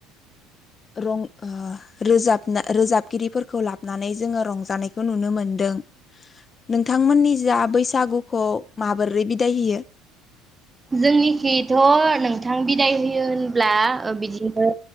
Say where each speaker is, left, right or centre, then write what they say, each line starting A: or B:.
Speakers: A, on the left; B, on the right.
A: रं ओ रोजाबना रोजाबगिरिफोरखौ लाबनानै जोङो रंजानायखौ नुनो मोनदों। नोंथांमोननि जा बैसागुखौ माबोरै बिदाय होयो?
B: जोंनिखिथ नोंथां बिदाय होयो होनबा ब्लाड ओ बिदिनो